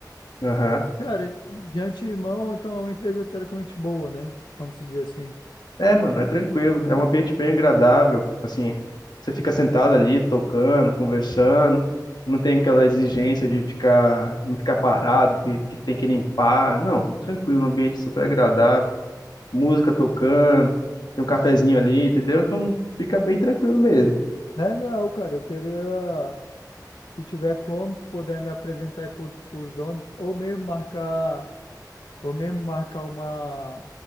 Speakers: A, on the left; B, on the left.
A: Aham.
B: Cara, de antemão, então é uma empresa teoricamente boa, né? Vamos dizer assim.
A: É, mano, é tranquilo. É um ambiente bem agradável. Assim, você fica sentado ali, tocando, conversando. Não tem aquela exigência de ficar, não ficar parado, de, que tem que limpar. Não, é tranquilo, um ambiente super agradável. Música tocando, tem um cafezinho ali, entendeu? Então fica bem tranquilo mesmo.
B: Legal, cara. Eu queria, se tiver como, se puder me apresentar aí para os donos, ou mesmo marcar, ou mesmo marcar uma,